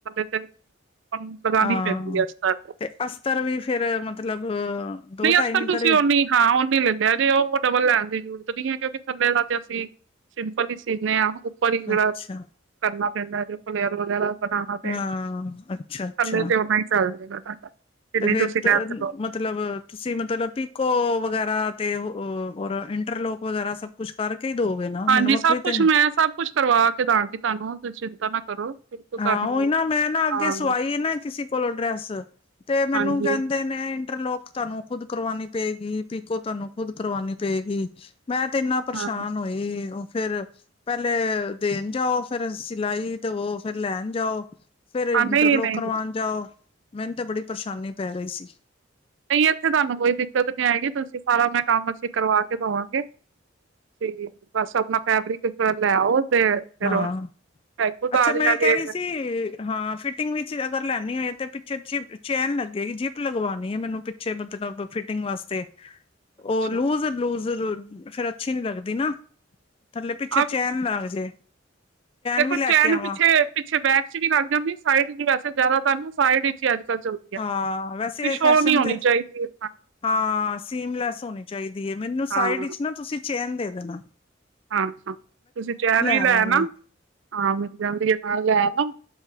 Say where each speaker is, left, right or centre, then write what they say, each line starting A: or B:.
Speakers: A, on the right (about 70°); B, on the left (about 30°).
A: ਤੇ। <unintelligible> ਲਗਾਉਣੀ
B: ਹਾਂ,
A: ਪੈਂਦੀ ਹੈ ਅਸਤਰ
B: ਤੇ ਅਸਤਰ ਵੀ ਫੇਰ ਮਤਲਬ ਦੋ
A: ਨਹੀਂ,
B: ਢਾਈ
A: ਅਸਤਰ
B: ਮੀਟਰ
A: ਤੁਸੀਂ ਉਨਾ ਹੀ ਹਾਂ ਉਹਨਾ ਹੀ ਲੈ ਲਿਓ ਜੇ, ਉਹ ਡਬਲ ਲੈਣ ਦੀ ਜ਼ਰੂਰਤ ਨੀ ਐ। ਕਿਉਂਕਿ ਥੱਲੇ ਦਾ ਤੇ ਅਸੀਂ ਸਿੰਪਲ ਹੀ ਸੀਨੇ ਆ, ਉੱਪਰ ਹੀ ਜਿਹੜਾ
B: ਅੱਛਾ
A: ਕਰਨਾ ਪੈਂਦਾ। ਜੋ ਫਲੇਅਰ ਵਗੈਰਾ ਦ ਬਣਾਣਾ ਪੇਗਾ,
B: ਹਾਂ ਅੱਛਾ ਅੱਛਾ
A: ਥੱਲੇ ਤੇ ਓਨਾ ਹੀ ਚੱਲ ਜੁਗਾ ਤੁਡਾ, ਜਿੰਨੀ
B: ਤੇ ਫੇਰ
A: ਤੁਸੀਂ ਲੈਂਥ
B: ਮਤਲਬ, ਤੁਸੀਂ ਮਤਲਬ ਪੀਕੋ ਵਗੈਰਾ ਤੇ ਔਰ ਇੰਟਰਲੋਕ ਵਗੈਰਾ ਸਭ ਕੁਛ ਕਰਕੇ ਹੀ ਦੋਗੇ ਨਾ? ਮੈਨੂੰ
A: ਹਾਂਜੀ
B: ਵੱਖਰੀ
A: ਸਭ ਕੁਛ
B: ਤੇ ਨੀ
A: ਮੈਂ, ਸਭ ਕੁਛ ਕਰਵਾ ਕੇ ਦਾਂਗੀ ਤੁਹਾਨੂੰ, ਚਿੰਤਾ ਨਾ ਕਰੋ। ਬਿਲਕੁਲ ਤੁਹਾਨੂੰ
B: ਹਾਂ, ੳਹੀ ਨਾ ਮੈਂ ਨਾ ਅੱਗੇ
A: ਹਾਂ
B: ਸਵਾਈ ਹੈ ਨਾ, ਕਿਸੇ ਕੋਲੋਂ ਡਰੈਸ ਤੇ ਮੈਨੂੰ
A: ਹਾਂਜੀ
B: ਕਹਿੰਦੇ ਨੇ ਇੰਟਰ ਲੋਕ, ਤੁਹਾਨੂੰ ਖੁਦ ਕਰਵਾਉਣੀ ਪਏਗੀ। ਪੀਕੋ, ਤੁਹਾਨੂੰ ਖੁਦ ਕਰਵਾਣੀ ਪਏਗੀ। ਮੈਂ ਤੇ ਇੰਨਾ ਪਰੇਸ਼ਾਨ
A: ਹਾਂ
B: ਹੋਈ, ਉਹ ਫੇਿਰ ਪਹਿਲੇ ਦੇਣ ਜਾਓ, ਫੇਿਰ ਸਿਲਾਈ ਦੇਵੋ, ਫੇਰ ਲੈਣ ਜਾਓ ਫੇਿਰ ਇੰਟਰਲੋਕ
A: ਹਾਂ ਨਹੀਂ ਨਹੀਂ
B: ਕਰਵਾਉਣ ਜਾਓ, ਮੈਨੂੰ ਤੇ ਬੜੀ ਪਰੇਸ਼ਾਨੀ ਪੈ ਰਹੀ ਸੀ।
A: ਨਹੀਂ, ਇੱਥੇ ਤੁਹਾਨੂੰ ਕੋਈ ਦਿੱਕਤ ਨੀ ਆਏਗੀ। ਤੁਸੀਂ, ਸਾਰਾ ਮੈਂ ਕੰਮ ਅਸੀਂ ਕਰਵਾ ਕੇ ਦੇਵਾਂਗੇ। ਠੀਕ, ਬਸ ਆਪਣਾ ਫੈਬਰੀਕ ਲੈਆਓ ਤੇ ਫਿਰ
B: ਹਾਂ
A: ਚਾਹੇ ਖੁਦ
B: ਅੱਛਾ,
A: ਆ ਰਿਹਾ
B: ਮੈਂ ਕਹਿ
A: ਜੇ
B: ਰਹੀ ਸੀ ਹਾਂ, ਫਿਟਿੰਗ ਵਿੱਚ ਅਗਰ ਲੈਣੀ ਹੋਏ ਤੇ ਪਿੱਛੇ ਜਿਪ ਚੈਨ ਲੱਗੇਗੀ। ਜਿਪ ਲਗਵਾਉਣੀ ਹੈ ਮੈਨੂੰ ਪਿੱਛੇ ਮਤਬਲ, ਫਿਟਿੰਗ ਵਾਸਤੇ
A: ਅੱਛਾ
B: ਉਹ ਲੂਜ਼-ਲੂਜ਼, ਫੇਿਰ ਅੱਛੀ ਨੀ ਲੱਗਦੀ ਨਾ। ਥੱਲੇ, ਪਿੱਛੇ
A: ਆਪ
B: ਚੈਨ ਲੱਗ ਜੇ।
A: ਦੇਖੋ,
B: ਵੀ ਲੈ
A: ਚੈਨ
B: ਕੇ ਆਵਾਂ
A: ਪਿੱਛੇ-ਪਿੱਛੇ ਬੈਕ 'ਚ ਵੀ ਲੰਗ ਜਾਂਦੀ ਸਾਈਡ 'ਚ, ਵੈਸੇ ਜ਼ਿਆਦਾ ਤਰ ਨਾ, ਸਾਈਡ 'ਚ ਹੀ ਅੱਜ ਕੱਲ ਚੱਲ
B: ਹਾਂ ਵੈਸੇ
A: ਸ਼ੋਹ
B: ਫੈਸ਼ਨ
A: ਨੀ ਹੋਣੀ
B: ਤੇ
A: ਚਾਹੀਦੀ ਹੈ।
B: ਹਾਂ, ਸੀਮਲੈਸ ਹੋਣੀ ਚਾਹੀਦੀ ਹੈ। ਮੈਨੂੰ
A: ਹਾਂ
B: ਸਾਈਡ ਵਿੱਚ ਨਾ ਤੁਸੀਂ ਚੇਨ ਦੇ ਦੇਨਾ।
A: ਹਾਂ ਹਾਂ, ਤੁਸੀਂ ਚੈਨ ਵੀ
B: ਆਵਾਂਗੀ
A: ਲੈ ਆਨਾ, ਹਾਂ ਮਿਲ ਜਾਂਦੀ ਹੈ ਨਾਲ ਲੈ ਆਨਾ।